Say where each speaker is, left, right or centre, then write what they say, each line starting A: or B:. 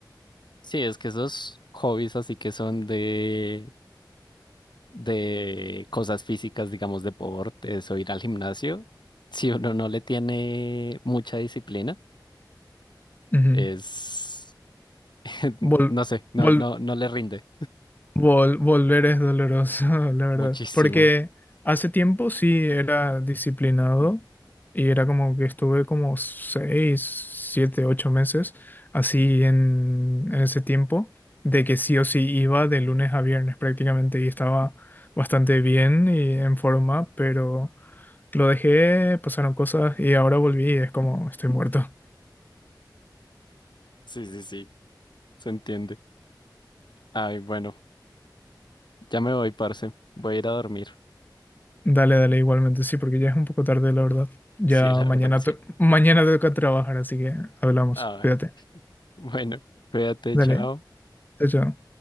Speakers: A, on the left; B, on the left.
A: Sí, es que esos hobbies así que son de de cosas físicas, digamos, deportes o ir al gimnasio, si uno no le tiene mucha disciplina,
B: Ujú.
A: es, <laughs>
B: Vol-
A: no sé, no,
B: vol-
A: no, no le rinde
B: Vol- volver es doloroso, <laughs> la verdad.
A: muchísimo.
B: Porque hace tiempo sí era disciplinado y era como que estuve como seis, siete, ocho meses así en, en ese tiempo, de que sí o sí iba de lunes a viernes prácticamente y estaba bastante bien y en forma, pero lo dejé, pasaron cosas y ahora volví y es como estoy muerto.
A: Sí, sí, sí, se entiende. Ay, bueno, ya me voy, parce. Voy a ir a dormir.
B: Dale, dale, igualmente, sí, porque ya es un poco tarde, la verdad. Ya
A: Sí, la verdad,
B: mañana,
A: sí.
B: to- mañana toca trabajar, así que hablamos.
A: Ay,
B: Cuídate.
A: <laughs> bueno, cuídate,
B: Dale,
A: chao.
B: chao, chao.